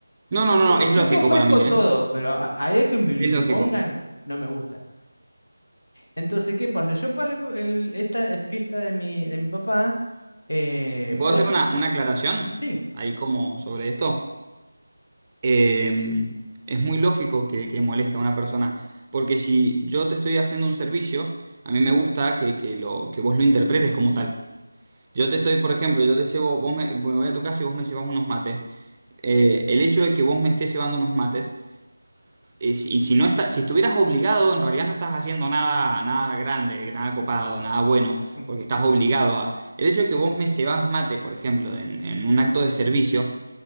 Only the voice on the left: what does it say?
pero
yo
te ofrezco
todo,
pero a, a de que
me lo impongan,
no me gusta. Entonces, ¿qué pasa? Yo para el cu- el- esta eh, fiesta de mi, de mi papá, eh,
era
como-
sí,
ujú,